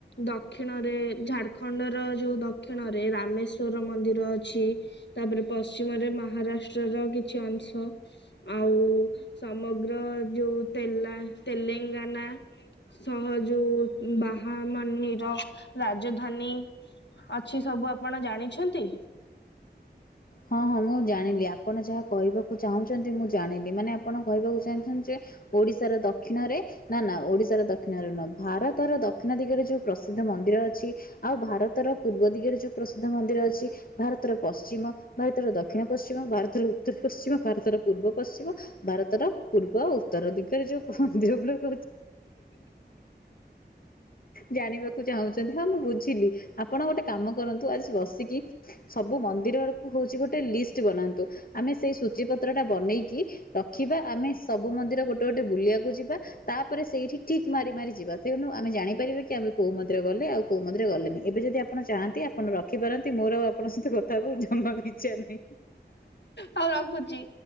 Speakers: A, on the left (about 80°); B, on the left (about 55°).
A: ଦ ଦକ୍ଷିଣରେ ଝାଡ଼ଖଣ୍ଡର ଯୋଉ ଦକ୍ଷିଣରେ ରାମେଶ୍ଵର ମନ୍ଦିର ଅଛି ତାପରେ ପଶ୍ଚିମରେ ମହାରାଷ୍ଟ୍ରର କିଛି ଅଂଶ ଆଉ ସମଗ୍ର ଯୋଉ ତେ ତେଲେଙ୍ଗାନା ସହ ଯୋଉ ବାହା ମନ୍ଦିର ରାଜଧାନୀ ଅଛି ସବୁ ଆପଣ ଜାଣିଛନ୍ତି।
B: ହଁ ହଁ ମୁଁ ଜାଣିଲି ଆପଣ ଯାହା କହିବାକୁ ଚାହୁଁଛନ୍ତି ମୁଁ ଜାଣିଲି ମାନେ ଆପଣ କହିବାକୁ ଚାହୁଁଛନ୍ତି ଯେ ଓଡିଶାର ଦକ୍ଷିଣରେ ନା ନା ଓଡିଶାର ଦକ୍ଷିଣରେ ନୁହଁ ଭାରତର ଦକ୍ଷିଣ ଦିଗରେ ଯୋଉ ପ୍ରସିଦ୍ଧ ମନ୍ଦିର ଅଛି ଆଉ ଭାରତର ପୂର୍ବ ଦିଗରେ ଯୋଉ ପ୍ରସିଦ୍ଧ ମନ୍ଦିର ଅଛି ଭାରତର ପଶ୍ଚିମ ଭାରତର ଦକ୍ଷିଣ ପଶ୍ଚିମ ଭାରତର ଉତ୍ତର ପଶ୍ଚିମ ଭାରତର ପୂର୍ବ ପଶ୍ଚିମ ଭାରତର ପୂର୍ବ ଉତ୍ତର ଦିଗରେ ଯୋଉ ମନ୍ଦିର ଗୁଡ଼ାକ ଜାଣିବାକୁ ଚାହୁଁଛି ହଁ ମୁଁ ବୁଝିଲି ଆପଣ ଗୋଟେ କାମ କରନ୍ତୁ ଆଜି ବସିକି ସବୁ ମନ୍ଦିରର ହଛି ଗୋଟେ ଲିଷ୍ଟ ବନାନ୍ତୁ ଆମେ ସେ ସୂଚୀପତ୍ର ଟା ବନେଇକି ରଖିବା ଆମେ ସବୁ ମନ୍ଦିର ଗୋଟେ ଗୋଟେ ବୁଲିବାକୁ ଯିବା ତାପରେ ସେଇଠି ଠିକ୍ ମାରି ମାରି ଯିବା ତେଣୁ ଆମେ ଜାଣିପାରିବା କି ଆମେ କୋଁ ମନ୍ଦିର ଗଲେ ଆଉ କୋଉ ମନ୍ଦିର ଗଲେନି ଏବେ ଯଦି ଆପଣ ଚାହାନ୍ତି ଆପଣ ରଖିପାରନ୍ତି ମୋର ଆଉ ଆପଣଙ୍କ ସହିତ କଥା ହବା ଜମାବି ଇଛା ନାହିଁ।
A: ହଉ ରଖୁଛି।